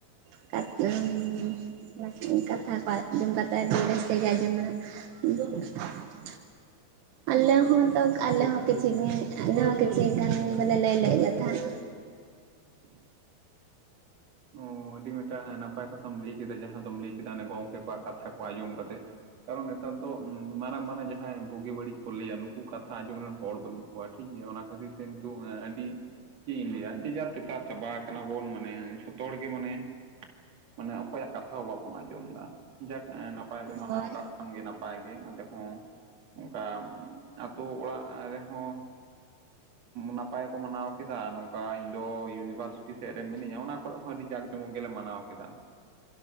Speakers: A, on the right; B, on the right.
A: <unintelligible> ᱠᱟᱛᱷᱟᱴᱟᱜ ᱟᱸᱡᱚᱢ ᱠᱟᱛᱮᱫ ᱟᱹᱰᱤ ᱨᱟᱹᱥᱠᱟᱹ ᱜᱮ ᱟᱸᱡᱚᱢᱮᱱᱟ <unintelligible> ᱟᱞᱮ ᱦᱚᱸ ᱛᱚ ᱟᱞᱮ ᱦᱚᱸ ᱠᱤᱪᱷᱤ ᱜᱟᱱ ᱟᱞᱮ ᱦᱚᱸ ᱠᱤᱪᱷᱤ ᱜᱟᱱ ᱫᱚᱞᱮ ᱞᱟᱹᱭ ᱞᱮᱫ ᱜᱮ ᱛᱟᱦᱮᱸᱫ
B: ᱚ ᱟᱹᱰᱤ ᱢᱤᱫᱴᱟᱝ ᱱᱟᱯᱟᱭ ᱠᱟᱛᱷᱟᱢ ᱞᱟᱹᱭ ᱠᱮᱫᱟ ᱡᱟᱦᱟᱸ ᱫᱚᱢ ᱞᱟᱹᱭ ᱠᱮᱫᱟ ᱚᱱᱮ ᱜᱚᱝᱠᱮ ᱠᱚᱣᱟᱜ ᱠᱟᱛᱷᱟ ᱠᱚ ᱟᱸᱡᱚᱢ ᱠᱟᱛᱮᱫ ᱠᱟᱨᱚᱱ ᱱᱮᱛᱟᱨ ᱫᱚ ᱢᱟᱨᱟᱝ ᱢᱟᱨᱟᱝ ᱡᱟᱦᱟᱸᱭ ᱵᱩᱜᱤ ᱵᱟᱹᱲᱤᱡ ᱠᱚ ᱞᱟᱹᱭᱟ ᱱᱩᱠᱩ ᱠᱟᱛᱷᱟ ᱟᱸᱡᱚᱢ ᱨᱮᱱ ᱦᱚᱲ ᱵᱟᱹᱱᱩᱜ ᱠᱚᱣᱟ᱾ ᱚ, ᱴᱷᱤᱠ ᱜᱮᱭᱟ ᱚᱱᱟ ᱠᱷᱟᱹᱛᱤᱨ ᱛᱮ ᱱᱤᱛᱚᱜ ᱟᱹᱰᱤ ᱪᱮᱫ ᱤᱧ ᱞᱟᱹᱭᱟ ᱡᱮᱡᱟᱨ ᱛᱮᱛᱟᱨ ᱪᱟᱵᱟ ᱟᱠᱟᱱᱟ ᱵᱚᱱ ᱢᱟᱱᱮ ᱡᱷᱚ ᱛᱚᱲ ᱜᱮ ᱢᱟᱱᱮ ᱢᱟᱱᱮ ᱚᱠᱚᱭᱟᱜ ᱠᱟᱛᱷᱟ ᱦᱚᱸ ᱵᱟᱵᱚᱱ ᱟᱸᱡᱚᱢ ᱫᱟ ᱡᱟᱠ ᱯᱟᱭ ᱜᱮ ᱢᱟᱱᱟᱣ
A: ᱦᱳᱭ
B: ᱠᱟᱜ᱾ ᱠᱷᱚᱱ ᱜᱮ ᱱᱟᱯᱟᱭ ᱜᱮ ᱟᱞᱮ ᱦᱚᱸ ᱚᱱᱠᱟ ᱟᱛᱳ ᱚᱲᱟᱜ ᱨᱮᱦᱚᱸ᱾ ᱱᱟᱯᱟᱭ ᱠᱚ ᱢᱟᱱᱟᱣ ᱠᱮᱫᱟ ᱱᱚᱝᱠᱟ ᱤᱧ ᱫᱚ ᱤᱭᱩᱱᱤᱵᱷᱟᱨ--᱾ <unintelligible> ᱥᱮᱫ ᱨᱮ ᱢᱤᱱᱤᱧᱟ ᱚᱱᱟ ᱠᱚᱨᱮ ᱦᱚᱸ ᱟᱹᱰᱤ ᱡᱟᱠ ᱡᱚᱢᱚᱠ ᱜᱮᱞᱮ ᱢᱟᱱᱟᱣ ᱠᱮᱫᱟ᱾